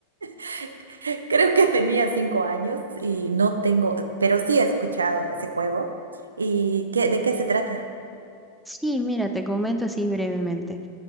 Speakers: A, on the right; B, in the centre.
A: <laughs> creo que tenía cinco años y no tengo, pero sí he escuchado ese juego. ¿Y qué, de qué se trata?
B: Sí, mira, te comento así brevemente.